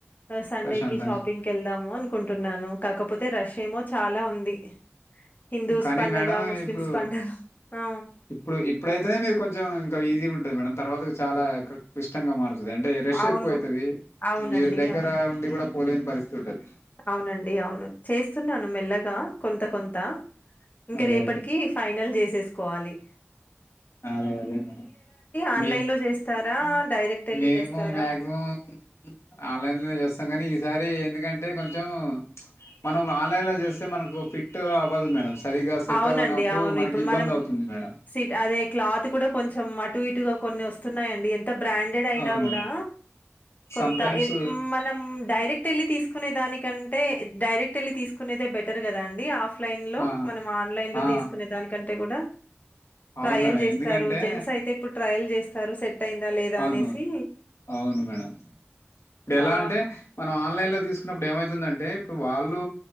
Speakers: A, on the left; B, on the left.
A: సండే
B: ప్రశాంతంగా
A: కి షాపింగ్కి వెళ్దాము అన్ కుంటున్నాను కాకపోతే రష్ ఏమో చాలా ఉంది హిందూస్
B: కానీ
A: పండగ
B: మేడం
A: ముస్లిమ్స్
B: ఇప్పుడు
A: పండగ ఆ
B: ఇప్పుడు ఇప్పుడైతేనే మీరు కొంచెం ఇంకా ఈజీగా ఉంటు మేడం తర్వాత చాలా క్లిష్టంగా మారుత ది అంటే రిష్
A: అవును
B: ఎక్కువ అవుతుది
A: అవునండి
B: మీరు దగ్గర
A: అవును
B: ఉండి కూడా పోలేని పరిస్థితి అది
A: అవునండి అవును చేస్తున్నాను మెల్లగా. కొంత కొంత ఇంకా
B: అదే
A: రేపటికి
B: అదే
A: ఫైనల్ చేసేసి కోవాలి
B: అదే అదే మేడం
A: ఆన్లైన్
B: మే
A: లో చేస్తారా డైరెక్ట్ వెళ్ళి
B: మేము
A: చేస్తారా
B: మాక్సిమం ఆన్లైన్ లోనే చేస్తాం కాని ఈసారి ఎందుకంటే కొంచం. చెం మన మాల్ ఆన్లై లో చేస్తే మనకు ఫిట్ గా అవ్వదు మేడమ్స్ సరిగా సెట్
A: అవునండి
B: అవ్వనప్పుడు
A: అవును
B: మనకి
A: ఇప్పుడు
B: ఇబ్బంది
A: మనం
B: అవుతుంది మేడం.
A: సిట్ అదే క్లాత్ కూడా కొంచం అటు ఇటుగా కొన్ని వస్ తున్నాయి అండి ఎంత బ్యాడ్ అయినా
B: అవును.
A: కూడా కొంత
B: సమ్‌టైమ్స్
A: మనం డైరెక్ట్ వెళ్ళి తీసు. కునే దానికంటే డైరెక్ట్ వెళ్లి తీసుకునేదే బెటర్ కదా అండి ఆఫ్. అఫ్ లైన్లో
B: ఆ!
A: మనం ఆన్లైన్ లో
B: ఆ!
A: తీసుకునే దానికంటే కూడా.
B: అవును
A: ట్రయల్
B: మేడం.
A: చేస్తారు
B: ఎందుకంటే
A: జెంట్స్ అయితే ఇప్పుడు ట్రయల్ చేస్ సరు సెట్ అయిందా లేదా
B: అవును
A: అనేసి
B: అవును మేడం ఇప్పుడు ఎలా
A: ఆ
B: అంటే మనం ఆన్లైన్ లో తీసు కున్నప్పుడు ఏమైతుందంటే ఇప్పుడు వాళ్ళు